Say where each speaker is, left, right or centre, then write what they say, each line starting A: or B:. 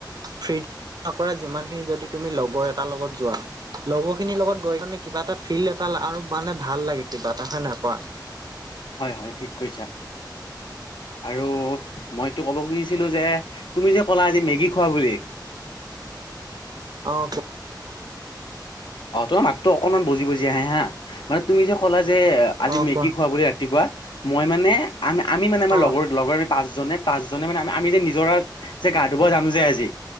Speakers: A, on the right; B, on the left.
A: ফ্ৰী নকৰে যিমানখিনি যদি তুমি লগৰ এটাৰ লগত যোৱা। লগৰখিনিৰ লগত গৈ মানে কিবা এটা ফিল এটা আৰু মানে ভাল লাগে কিবা এটা। হয় নহয় কোৱা?
B: হয়-হয়, ঠিক কৈছা। আৰু মইতো ক'ব খুজিছিলোঁ যে, তুমি যে ক'লা আজি মেগী খোৱা বুলি
A: অ
B: অ তোমাৰ মাতটো অকনমান বজি-বজি আহে হা, মানে তুমি যে কলা যে আজি
A: অ
B: মেগী
A: কোৱা
B: খুৱা বুলি ৰাতিপুৱা। মই মানে আমি আমি মানে আমাৰ
A: অ
B: লগৰ লগৰ পাঁচজনে পাঁচজনে মানে আমি যে নিজৰাত যে গা ধুব যাম যে, আজি